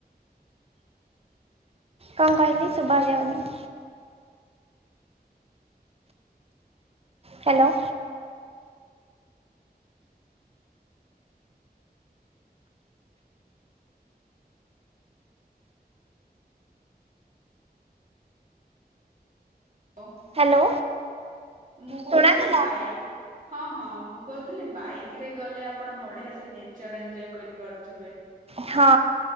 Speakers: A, on the right (about 35°); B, on the right (about 50°).
A: କଣ କହିଲି ଶୁଭା ଯାଉନି। ହ୍ୟାଲୋ।
B: <inaudible>
A: ହ୍ୟାଲୋ।
B: ମୁଁ କହୁଥିଲି
A: ଶୁଣାଗଲା
B: ବାଇକ୍ ହଁ ହଁ ମୁଁ କହୁଥିଲି ବାଇକ୍ ରେ ଗଲେ ଆପଣ ବଢିଆ ସେ ନେଚର ଏନ୍ ଜୟ କରିପାରୁଥିବେ।
A: ହଁ